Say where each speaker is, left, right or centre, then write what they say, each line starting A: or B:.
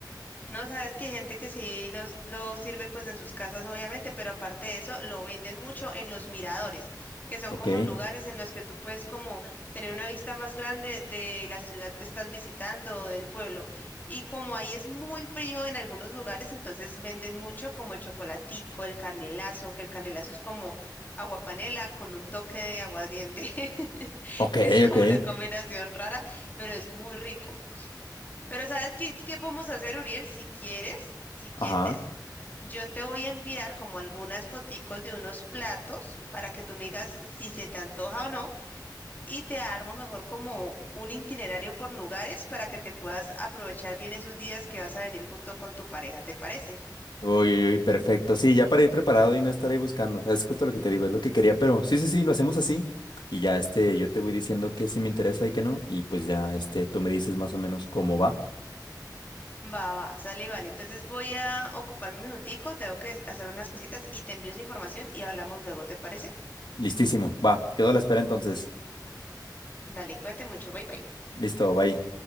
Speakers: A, on the left (about 25°); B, on the left (about 80°).
A: No, sabes que hay gente que sí los, los sirve pues en sus casas, obviamente, pero aparte de eso, lo venden mucho en los miradores, que son
B: Ok,
A: como lugares en los que tú puedes como tener una vista más grande de la ciudad que estás visitando o del pueblo. Y como ahí es muy frío en algunos lugares, entonces venden mucho como el chocolatico, el canelazo, que el canelazo es como agua panela con un toque de aguardiente. <laughs>
B: ok,
A: Es como
B: ok,
A: una combinación rara, pero es muy rico. Pero ¿sabes qué, qué podemos hacer, Uriel? Si quieres, si quieres,
B: ajá.
A: yo te voy a enviar como algunas foticos de unos platos para que tú me digas si se te antoja o no y te armo mejor como un itinerario por lugares para que te puedas aprovechar bien esos días que vas a venir junto con tu pareja, ¿te parece?
B: Uy, uy, uy, perfecto. Sí, ya para ir preparado y no estar ahí buscando. Es justo lo que te digo, es lo que quería, pero sí, sí, sí, lo hacemos así. Y ya este, yo te voy diciendo que sí me interesa y que no. Y pues ya este, tú me dices más o menos cómo va.
A: Va, va, sale y vale. Entonces voy a ocuparme un minutico, tengo que hacer unas cositas y te envío esa información y hablamos luego, ¿te parece?
B: Listísimo, va. Quedo a la espera entonces.
A: Dale, cuídate mucho, bye bye.
B: Listo, bye.